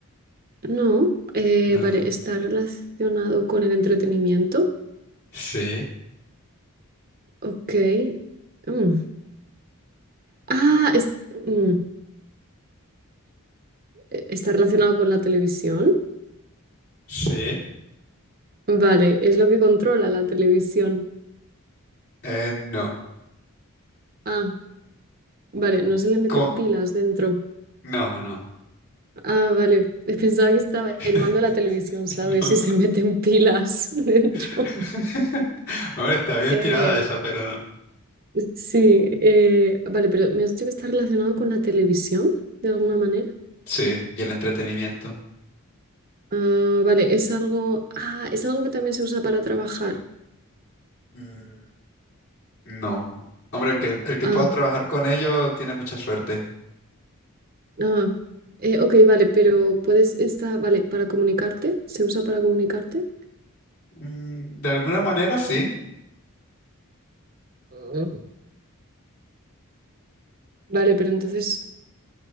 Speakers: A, on the right; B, on the left.
A: No, eh,
B: no.
A: vale, está relacionado con el entretenimiento.
B: Sí,
A: Ok. Mm. Ah, es- mm, e- está relacionado con la televisión.
B: sí.
A: Vale, es lo que controla la televisión.
B: Eh, no.
A: Ah, vale, no se le meten
B: ¿Cómo?
A: pilas dentro.
B: No, no.
A: Ah, vale, <laughs> pensaba que estaba
B: <laughs>
A: el mando de la televisión, ¿sabes?
B: No.
A: Si se meten pilas <laughs> dentro.
B: <laughs> Hombre, está bien
A: Em,
B: tirada esa, pero no.
A: sí, eh, vale, pero me has dicho que está relacionado con la televisión, de alguna manera.
B: Sí, y el entretenimiento.
A: Ah, vale, es algo. Ah, es algo que también se usa para trabajar.
B: Mm. No. Hombre, el que, el que
A: Ah,
B: pueda trabajar con ellos tiene mucha suerte.
A: ah. Eh, ok, vale, pero puedes. Está, vale, para comunicarte. ¿Se usa para comunicarte?
B: Mm, De alguna manera sí.
A: Mm. Vale, pero entonces.